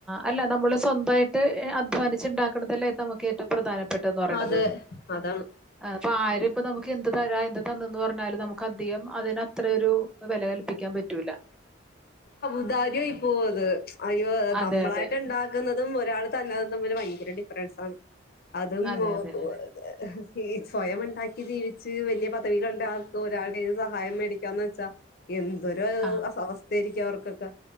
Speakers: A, in the centre; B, on the left (about 45°).
A: അല്ല നമ്മള് സ്വന്തായിട്ട് അധ്വാനി ച്ച് ഉണ്ടാക്കണതല്ലേ നമുക്ക് ഏറ്റവും പ്രധാനപ്പെട്ടന്ന് പറയണുന്നത്
B: അതെ അതാണ്
A: ആ അപ്പ ആര് ഇപ്പ നമുക്ക് എന്ത് തരാം എന്ത് തന്നന്ന് പറഞ്ഞാലും നമുക്ക് അധികം അതിനത്ര ഒരു വില കൽപ്പിക്കാൻ പറ്റൂല്ല
B: ഔദാര്യമായി പോവും അത് അ-
A: അതെ
B: നമ്മളായിട്ട്
A: അതെ
B: ഉണ്ടാക്കുന്നതും ഒരാൾ തന്നതും തമ്മിൽ ഭയങ്കര ഡിഫറൻസ് ആണ് അതും
A: അതെ
B: <unintelligible>
A: അതെ അതെ
B: ഈ സ്വയം ഉണ്ടാക്കി ജീവിച്ച് വലിയ പദവികളുണ്ടാ ഒരാളുടെയും സഹായം മേടിക്കാന്ന് വെച്ചാൽ എന്തൊരു
A: ആ
B: അവസ്ഥായിരിക്കും അവർക്ക് ക്കെ